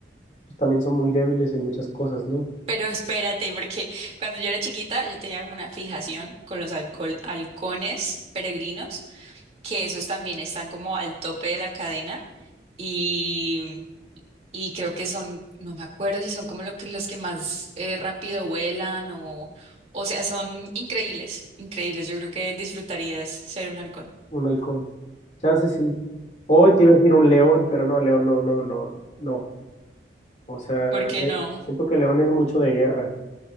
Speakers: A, on the left; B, on the right.
A: pues, también son muy débiles en muchas cosas, ¿no?
B: Pero espérate, porque cuando yo era chiquita, yo tenía como una fijación con los alcohol, halcones peregrinos, que esos también están como al tope de la cadena y, y creo que son, no me acuerdo si son como lo que, los que más eh, rápido vuelan o, o sea, son increíbles, increíbles. Yo creo que disfrutarías ser un halcón.
A: Un halcón. Chance sí. Hoy te iba a decir un león, pero no, león, no, no, no, no. O sea,
B: ¿Por qué
A: le-
B: no?
A: siento que león es mucho de guerra.